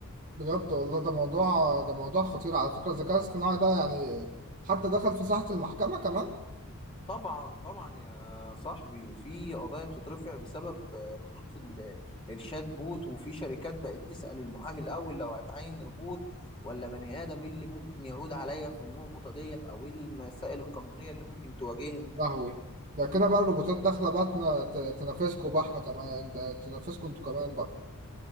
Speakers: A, on the right; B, on the left.
A: بجد والله ده موضوع ده موضوع خطير على فكرة الذكاء الاصطناعي ده يعني حتى دخل في ساحة المحكمة كمان
B: طبعا طبعا يا صاحبي في قضايا بتترفع بسبب ردود ال- الشات بوت وفي شركات بقت تسأل المحامي الأول لو هتعين روبوت ولا بني آدم إيه اللي ممكن يعود عليا في النقطة ديت أو إيه المسائل القانونية اللي ممكن تواجهني
A: لهوي ده كده بقى الروبوتات داخلة بقى تنا- ت- تنافسكوا بقى احنا كمان ده تنافسكوا انتوا كمان بقى